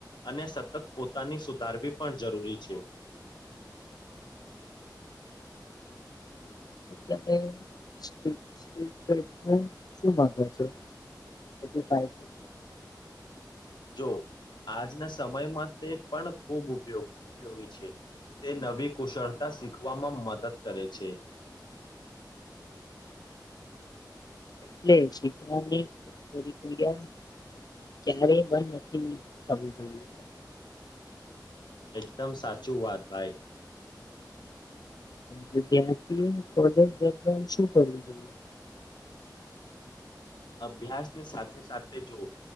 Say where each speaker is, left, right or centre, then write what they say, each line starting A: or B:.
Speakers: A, on the left (about 75°); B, on the left (about 60°).
A: અને સતત પોતાની સુધારવી પણ જરૂરી છે
B: આપલા શ માવ છે એ ફાઈ
A: જો આજના સમયમાં તે પણ ખૂબ ઉપયોગ ઉપયોગી છે તે નવી કુશળતા શીખવામાં મદદ કરે છે
B: હમ એટલે શીખવાની પ્રિક્રિયા ક્યારેય બંધ નથી આવવું જોઈએ
A: એકદમ સાચું વાત ભાઈ
B: વિદ્યાર્થી એ કોલેજ વ શું કરવું જોઈએ
A: અભ્યાસ ની સાથે સાથે જો